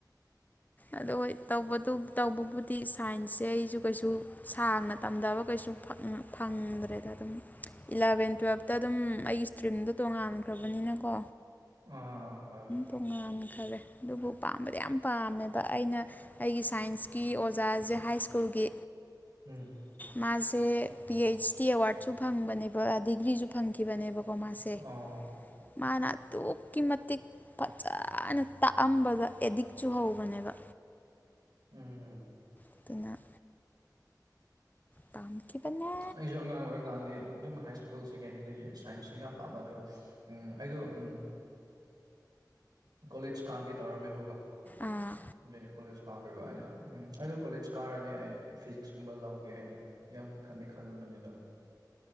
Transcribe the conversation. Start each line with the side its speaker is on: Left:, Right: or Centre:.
Left: ꯑꯗꯨ ꯍꯣꯏ ꯇꯧꯕ ꯇꯧꯕꯕꯨꯗꯤ ꯁꯥꯏꯟꯁꯁꯦ ꯑꯩꯁꯨ ꯀꯩꯁꯨ ꯁꯥꯡꯅ ꯇꯝꯗꯕ ꯀꯩꯁꯨ ꯐꯛꯅ ꯐꯪꯗ꯭ꯔꯦꯗ ꯑꯗꯨꯝ ꯏꯂꯚꯦꯟ ꯇꯨꯋꯦꯞꯇ ꯑꯗꯨꯝ ꯑꯩꯒꯤ ꯏꯁꯇ꯭ꯔꯤꯝꯗꯣ ꯇꯣꯉꯥꯟꯈ꯭ꯔꯕꯅꯤꯅꯀꯣ
Right: ꯑꯥ ꯍꯣꯏ
Left: ꯇꯣꯡꯉꯥꯟꯈꯔꯦ ꯑꯗꯨꯕꯨ ꯄꯥꯝꯕꯗꯤ ꯌꯥꯝ ꯄꯥꯝꯃꯦꯕ ꯑꯩꯅ ꯑꯩꯒꯤ ꯁꯥꯏꯟꯁꯀꯤ ꯑꯣꯖꯥꯁꯦ ꯍꯥꯏ ꯁ꯭ꯀꯨꯜꯒꯤ
Right: ꯎꯝ
Left: ꯃꯥꯁꯦ ꯄꯤ ꯑꯩꯆ ꯗꯤ ꯑꯦꯋꯥꯔꯗꯁꯨ ꯐꯪꯕꯅꯦꯕ ꯍꯥꯏꯗꯤ ꯗꯤꯒ꯭ꯔꯤꯁꯨ ꯐꯪꯈꯤꯕꯅꯦꯕꯀꯣ ꯃꯥꯁꯦ
Right: ꯑꯣ
Left: ꯃꯥꯅ ꯑꯗꯨꯛꯀꯤ ꯃꯇꯤꯛ ꯐꯖꯅ ꯇꯥꯛꯑꯝꯕꯗ ꯑꯦꯗꯤꯛ ꯆꯨꯍꯧꯕꯅꯦꯕ
Right: ꯎꯝ
Left: ꯑꯗꯨꯅ ꯇꯝꯈꯤꯕꯅꯦ
Right: ꯑꯩꯁꯨ ꯑꯉꯥꯡ ꯑꯣꯏꯔꯤꯀꯥꯟꯗꯤ ꯑꯗꯨꯝ ꯍꯥꯏ ꯁ꯭ꯀꯨꯜ ꯁꯦꯀꯦꯟꯗ꯭ꯔꯤꯗꯒꯤ ꯁꯥꯏꯟꯁꯁꯨ ꯌꯥꯝ ꯄꯥꯝꯕ ꯑꯗꯣ ꯎꯝ ꯑꯩꯗꫭ ꯎꯝ ꯀꯣꯂꯦꯖ ꯀꯥꯒꯦ ꯇꯧꯔꯝꯃꯦꯕꯀꯣ
Left: ꯑꯥ
Right: ꯑꯗꯨꯅꯤ ꯀꯣꯂꯦꯖ ꯀꯥꯗꯣꯏꯕ ꯑꯩꯅ ꯎꯝ ꯑꯩꯗꯣ ꯀꯣꯂꯦꯖ ꯀꯥꯔꯗꯤ ꯑꯩ ꯐꯤꯖꯤꯛꯁꯀꯨꯝꯕ ꯂꯧꯒꯦ ꯍꯥꯏꯅ ꯌꯥꯝ ꯈꯟꯗꯤ ꯈꯜꯂꯝꯕꯅꯦ ꯑꯗꯣ